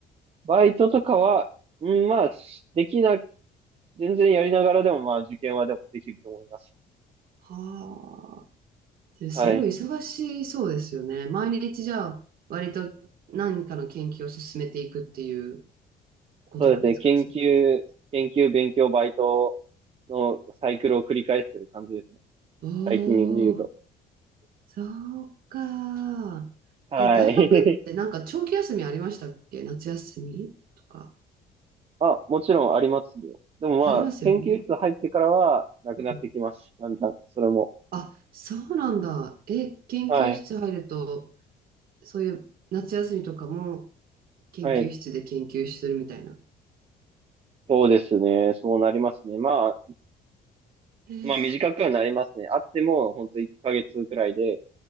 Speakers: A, on the right (about 35°); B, on the right (about 60°).
A: バイトとかは、うん、まあ、しできな、全然やりながらでも、まあ、受験はでもできると思います。
B: はあ。ですごい忙しそうですよね。
A: はい。
B: 毎日じゃあ、割と何かの研究を進めていくっていう。ことなんですか、
A: そうですね。研究、
B: 生活。
A: 研究、勉強、バイトのサイクルを繰り返してる感じです。
B: おー、
A: 最近で言うと。
B: そうか。
A: はい。
B: え、大学ってなんか長期休みありましたっけ夏休みとか。
A: <laughs> あ、もちろんありますよ。でもまあ、
B: ありますよね。
A: 研究室入ってからは、なくなってきます。
B: うん。
A: だんだん、それも。
B: あ、そうなんだ。え、研究室入ると、
A: はい。
B: そういう夏休みとかも研究室で研究するみたいな。
A: はい。そうですね。そうなりますね。まあ、
B: えー、
A: まあ短くはなりますね。あっても、ほんと1ヶ月くらいで、